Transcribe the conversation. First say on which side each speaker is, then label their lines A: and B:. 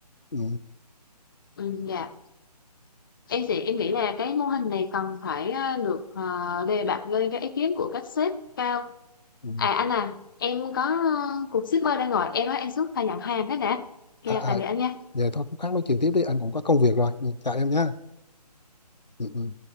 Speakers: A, on the left (about 85°); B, on the left (about 30°).
A: Ừ.
B: ừ, dạ em thì em nghĩ là cái mô hình này cần phải ờ, được ờ, đề bạt lên cái ý kiến của các sếp cao
A: Ừ.
B: à anh à em có ờ, cuộc shipper đang gọi em nói em xuống phải nhận hàng thế nè nha
A: À, à.
B: tạm biệt anh nha
A: Vậy thôi cũng khác nói chuyện tiếp đi anh cũng có công việc rồi Ừ, chào em nhé ừ. ừ.